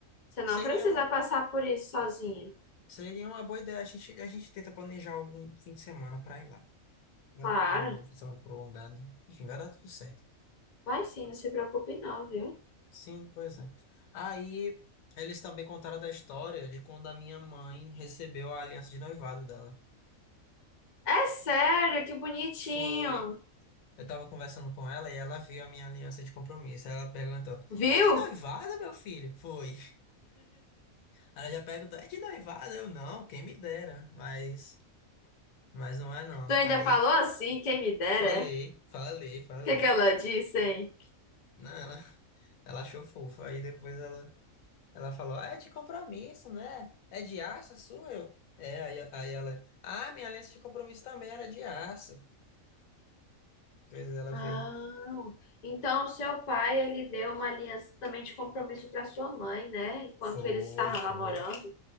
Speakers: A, on the left; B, on the left.
A: Você não
B: Seria
A: precisa
B: uma,
A: passar por isso sozinho.
B: seria uma boa ideia. A gente, a gente tenta planejar algum fim de semana para ir lá. Um,
A: Claro,
B: um fim de semana prolongado. Enfim, vai dar tudo certo.
A: vai sim, não se preocupe não, viu?
B: Sim, pois é. Aí eles também contaram da história de quando a minha mãe recebeu a aliança de noivado dela.
A: É sério, que bonitinho.
B: Foi. Eu tava conversando com ela e ela viu a minha aliança de compromisso. Aí ela perguntou:
A: Viu?
B: É de noivado, meu filho? Foi. Ela já perguntou: É de noivado? Eu não, quem me dera. Mas, mas não é não.
A: Tu ainda
B: Aí
A: falou assim, quem me dera,
B: falei,
A: é? O
B: falei, falei.
A: que que ela disse, hein?
B: Não, ela, ela achou fofo. Aí depois ela, ela falou: É de compromisso, né? É de aço a sua? Eu. É, aí, aí ela: Ah, minha aliança de compromisso também era de aço. Depois ela
A: Ah,
B: veio:
A: então seu pai, ele deu uma aliança também de compromisso para sua mãe, né? Enquanto
B: Foi,
A: eles estavam
B: foi.
A: namorando.